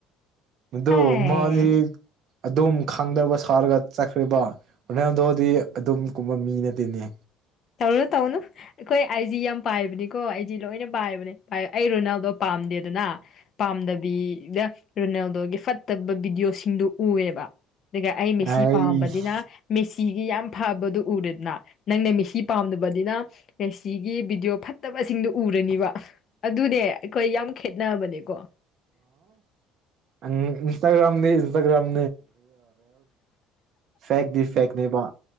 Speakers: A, on the right (about 40°); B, on the left (about 35°).
A: ꯑꯗꯨ
B: ꯍꯥꯏ
A: ꯃꯥꯗꯤ ꯑꯗꯨꯝ ꯈꯪꯗꯕ ꯁꯥꯔꯒ ꯆꯠꯈ꯭ꯔꯦꯔꯤꯕ ꯍꯣꯔꯣꯟꯗꯣꯗꯤ ꯑꯗꯨꯝ ꯀꯨꯝꯕ ꯃꯤ ꯅꯠꯇꯦꯅꯦ
B: ꯇꯧꯅ ꯇꯧꯅ ꯑꯩꯈꯣꯏ ꯑꯩꯁꯤ ꯌꯥꯝ ꯄꯥꯏꯕꯅꯤꯀꯣ ꯑꯩꯗꯤ ꯂꯣꯏꯅ ꯄꯥꯏꯕꯅꯦ ꯑꯩ ꯔꯣꯅꯥꯜꯗꯣ ꯄꯥꯝꯗꯦꯗꯅ ꯄꯥꯝꯗꯕꯤꯗ ꯔꯣꯅꯥꯜꯗꯣꯒꯤ ꯐꯠꯇꯕ ꯚꯤꯗꯤꯑꯣꯁꯤꯡꯗꯨ ꯎꯑꯦꯕ ꯑꯗꯨꯒ ꯑꯩ ꯃꯦꯁꯤ
A: ꯑꯩꯁ
B: ꯄꯥꯝꯕꯅꯤꯅ ꯃꯦꯁꯤꯤꯒꯤ ꯌꯥꯝ ꯐꯕꯗꯨꯣ ꯎꯔꯦꯗꯅ ꯅꯪꯅ ꯃꯦꯁꯤ ꯄꯥꯝꯗꯕꯅꯤꯅ ꯉꯦꯁꯤꯒꯤ ꯚꯤꯗꯤꯑꯣ ꯐꯠꯇꯕꯁꯤꯡꯗꯨꯣ ꯎꯔꯅꯤꯕ ꯑꯗꯨꯅꯦ ꯑꯩꯈꯣꯏ ꯌꯥꯝ ꯈꯦꯠꯅꯕꯅꯦꯀꯣ
A: ꯑ ꯏꯟꯁꯇꯒ꯭ꯔꯥꯝꯗꯤ ꯟꯒ꯭ꯔꯝ ꯐ ꯐꯅꯦꯕ